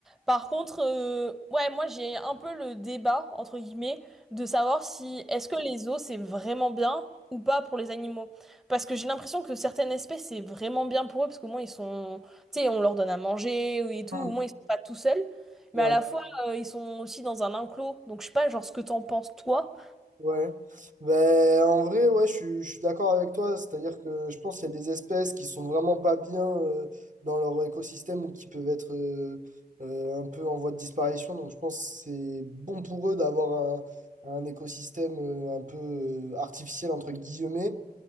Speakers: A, in the centre; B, on the right.
A: Par contre, euh, ouais, moi j'ai un peu le débat, entre guillemets, de savoir si est-ce que les os c'est vraiment bien ou pas pour les animaux. Parce que j'ai l'impression que certaines espèces c'est vraiment bien pour eux, parce qu'au moins ils sont, tu sais, on leur donne à manger et tout,
B: Hmm.
A: au moins ils sont pas tout seuls. Mais
B: Ouais,
A: à la fois, euh, ils sont aussi dans un enclos, donc je sais pas, genre, ce que t'en penses, toi.
B: ouais. Ben, en vrai, ouais, je suis, je suis d'accord avec toi. C'est-à-dire que je pense qu'il y a des espèces qui sont vraiment pas bien euh, dans leur écosystème ou qui peuvent être euh, euh, un peu en voie de disparition. Donc, je pense que c'est bon pour eux d'avoir un, un écosystème euh, un peu euh, artificiel, entre guillemets,